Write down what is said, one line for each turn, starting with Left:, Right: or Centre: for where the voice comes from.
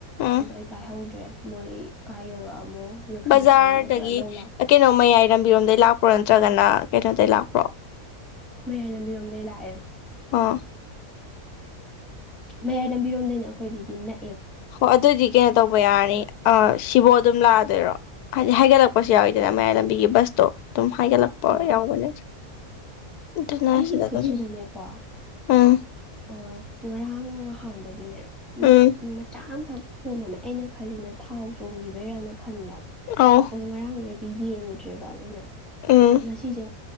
Left: ꯎꯝ
Centre: ꯑꯣ ꯑꯩ ꯄꯥꯏꯍꯧꯗ꯭ꯔꯦ ꯃꯣꯏ ꯀꯥꯏ ꯌꯧꯔꯛꯑꯃꯣ ꯌꯧꯁꯜꯂꯛꯑꯕ
Left: ꯕꯖꯥꯔꯗꯒꯤ
Centre: ꯅꯠꯇ꯭ꯔꯒ ꯂꯧ ꯂꯥꯛ
Left: ꯀꯩꯅꯣ ꯃꯌꯥꯏ ꯂꯝꯕꯤꯔꯣꯝꯗꯩ ꯂꯥꯛꯄ꯭ꯔꯣ ꯅꯠꯇ꯭ꯔꯒꯅ ꯀꯩꯅꯣꯗꯒꯤꯩ ꯂꯥꯛꯄ꯭ꯔꯣ
Centre: ꯃꯌꯥꯏ ꯂꯝꯕꯤꯔꯣꯝꯗꯒꯤꯩ ꯂꯥꯛꯑꯦ
Left: ꯍꯥ
Centre: ꯃꯌꯥꯏ ꯂꯝꯕꯤꯔꯣꯝꯗꯩꯅ ꯑꯩꯈꯣꯏꯗꯗꯤ ꯅ
Left: ꯍꯣꯏ ꯑꯗꯨꯗꯤ ꯀꯩꯅꯣ ꯇꯧꯕ ꯌꯥꯔꯅꯤ ꯑ ꯁꯤꯕꯨꯣ ꯑꯗꯨꯝ ꯂꯥꯛꯑ ꯔꯣ ꯍꯥꯏꯗꯤ ꯍꯥꯏꯒꯠꯂꯛꯄꯁꯨ ꯌꯥꯎꯋꯤꯗꯅ ꯃꯌꯥꯏ ꯂꯝꯕꯤꯒꯤ ꯕꯁꯇꯣ ꯑꯗꯨꯝ ꯍꯥꯏꯒꯠꯂꯛꯄ
Centre: ꯍꯣꯏ
Left: ꯌꯥꯎꯕꯅꯦ ꯑꯗꯨꯅ
Centre: ꯑꯩꯒꯤ
Left: ꯁꯤꯗ
Centre: ꯈꯨꯠꯁꯤꯗꯅꯦꯀꯣ
Left: ꯑꯗꯨꯝ ꯎꯝ
Centre: ꯑ ꯉꯔꯥꯡ ꯅꯍꯥꯟꯗꯒꯤꯅꯦ ꯃꯆꯥ
Left: ꯎꯝ
Centre: ꯑꯃꯈꯛ ꯄꯣꯝꯃꯝꯃꯦ ꯑꯩꯅ ꯈꯜꯂꯤꯅ ꯊꯥꯎ ꯆꯣꯡꯈꯤꯕꯩꯔꯅ ꯈꯟꯕ
Left: ꯑꯧ
Centre: ꯑꯣ ꯉꯔꯥꯡꯁꯦꯗꯤ ꯌꯦꯡꯉꯨꯗ꯭ꯔꯦꯕ ꯑꯩꯅ
Left: ꯎꯝ
Centre: ꯉꯁꯤꯁꯦ